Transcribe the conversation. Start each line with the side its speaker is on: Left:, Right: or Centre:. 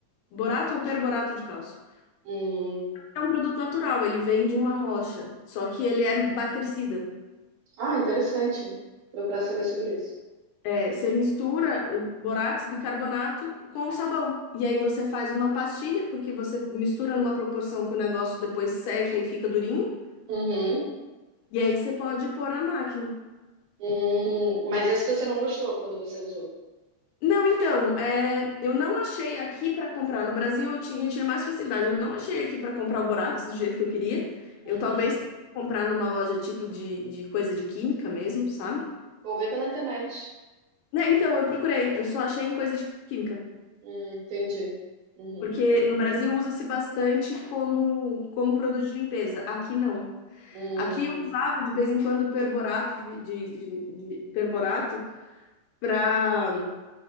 Left: Borato ou perborato de cálcio.
Right: Hum.
Left: É um produto natural, ele vem de uma rocha, só que ele é bactericida.
Right: Ah, interessante. Procurar saber sobre isso.
Left: É, você mistura uh, borax, bicarbonato com o sabão. E aí você faz uma pastilha, porque você mistura numa proporção que o negócio depois seca e fica durinho.
Right: Uhum.
Left: E aí você pode pôr na máquina.
Right: Hum. Mas esse você não gostou quando você usou?
Left: Não, então, é, eu não achei aqui para comprar. No Brasil eu tinha, eu tinha mais facilidade. Eu não achei aqui para comprar o borax do jeito que eu queria.
Right: Uhum.
Left: Eu talvez tenha que comprar numa loja tipo de, de coisa de química mesmo, sabe?
Right: Vou ver pela internet.
Left: Né, então, eu procurei, eu só achei em coisa de química,
Right: Hum, entendi. Uhum.
Left: porque no Brasil usa-se bastante como, como produto de limpeza, aqui não.
Right: Hum,
Left: Aqui eu usava de vez em quando perborato de, de, de- de perborato para